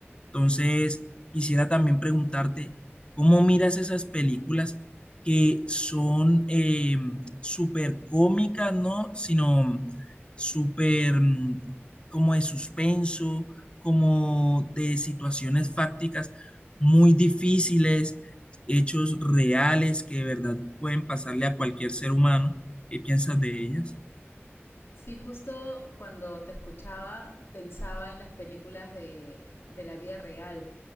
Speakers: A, on the left; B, on the left.
A: entonces, quisiera también preguntarte, ¿cómo miras esas películas que son eh, súper cómicas, ¿no? Sino súper mm, como de suspenso, como de situaciones fácticas muy difíciles, hechos reales que de verdad pueden pasarle a cualquier ser humano. ¿Qué piensas de ellas?
B: Sí, justo cuando te escuchaba pensaba en las películas de, de la vida real